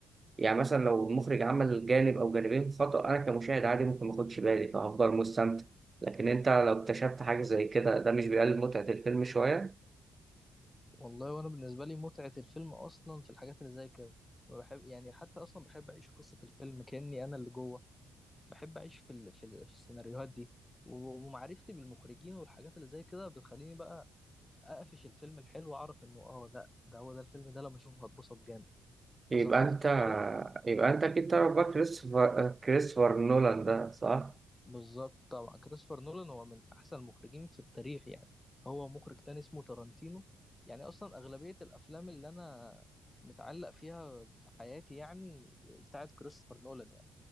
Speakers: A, on the right; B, on the left.
A: يعني مثلا لو المخرج عمل جانب او جانبين خطأ انا كمشاهد عادي ممكن ما اخدش بالي فهفضل مستمتع لكن انت لو اكتشفت حاجه زي كده ده مش بيقلل متعه الفيلم شويه
B: والله وانا بالنسبة لي متعة الفيلم اصلا في الحاجات اللي زي كده بحب يعني حتى اصلا بحب اعيش قصة الفيلم كأني انا اللي جوه بحب اعيش في ال... في, ال... في السيناريوهات دي ومعرفتي بالمخرجين والحاجات اللي زي كده بتخليني بقى اقفش الفيلم الحلو اعرف انه اه ده ده هو ده الفيلم ده لما اشوفه هتبسط جامد فثقافة
A: يبقى انت
B: الفيلم
A: يبقى انت اكيد تعرف بقى كريستوفر كريستوفر نولان ده صح
B: بالظبط طبعا كريستوفر نولان هو من احسن المخرجين في التاريخ يعني هو مخرج تاني اسمه تارانتينو يعني اصلا اغلبية الافلام اللي انا متعلق فيها في حياتي يعني بتاعت كريستوفر نولان يعني